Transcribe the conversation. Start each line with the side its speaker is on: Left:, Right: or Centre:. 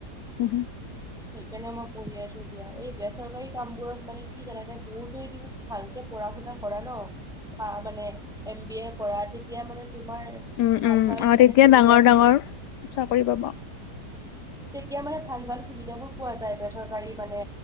Left: অ হ'য়
Centre: সেইকাৰণে মই পঢ়ি আছো এতিয়া। এই বেচৰকাৰী কাম বোৰত মানে, কি জানে নে? বহুত যোৰ দিবা ভালকে পঢ়া -শুনা কৰা ন' ফা মানে, এম বি এ কৰা তেতিয়া মানে তোমাৰ,
Left: উম
Centre: ভাল
Left: উম
Centre: ভাল
Left: অ
Centre: মানে
Left: তেতিয়া
Centre: সুবিধা
Left: ডাঙৰ ডাঙৰ
Centre: বিলাক
Left: চাকৰি পাবা
Centre: তেতিয়া মানে, ভাল ভাল সুবিধাবোৰ পোৱা যায়। বেচৰকাৰী মানে,